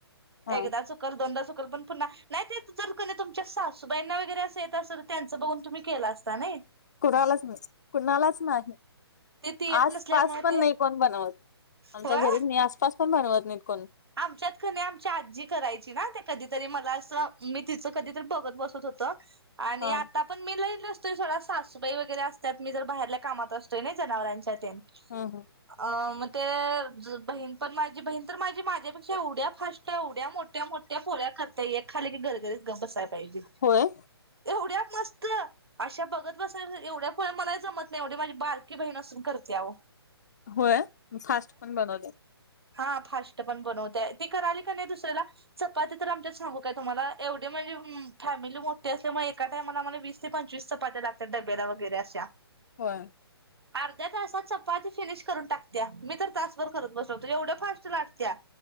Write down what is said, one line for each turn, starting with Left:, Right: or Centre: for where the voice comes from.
Left: हा
Right: एकदा चुक चुकल दोनदा चुकल पण पुन्हा नाही ते तुमच्या सासूबाईंना वगैरे अस येत असल त्याचं बघून तुम्ही केला असता नई
Left: कुणालाच नाही कुणालाच नाही
Right: ते ते येत
Left: आसपास
Right: नसल्यामुळे
Left: पण
Right: ते
Left: नाही कोण बनवत आमच्या
Right: होय
Left: घरीच नाही आसपास पण बनवत नाहीत कोण
Right: आमच्यात कनी आमची आजी करायची ना ते कधीतरी मला असं मी तिचं कधीतरी बघत बसत होत आणि
Left: हा
Right: आता पण मी लई नसतोय सोडा सासूबाई वगैरे असत्यात मी जर बाहेरल्या कामात असतोय नई जनावरांच्या तेन
Left: हा हा
Right: अ म ते बहीण पण माझी बहीण तर माझी माझ्यापेक्षा एवढ्या फास्ट एवढ्या मोठ्या मोठ्या पोळ्या करते एक खाली की गरगरीत गप बसाय पाहिजे
Left: होय
Right: एवढ्या मस्त अशा बघत बसाय एवढ्या पोळ्या मला जमत नाही एवढी माझी बारकी बहीण असून करते आओ
Left: होय फास्ट पण बनवत्यात
Right: हा फास्ट पण बनवत्या ती कराली कणी दुसऱ्याला चपाती तर आमच्यात सांगू काय तुम्हाला एवढी म्हणजे फॅमिली मोठठी असल्यामुळे एका टाइमला आम्हाला वीस ते पंचवीस चपात्या लागत्यात डब्याला वगैरे अशा
Left: होय
Right: अर्ध्या तासात चपाती फिनिश करून टाकत्या मी तर तासभर करत बसतो एवढ्या फास्ट लाटत्या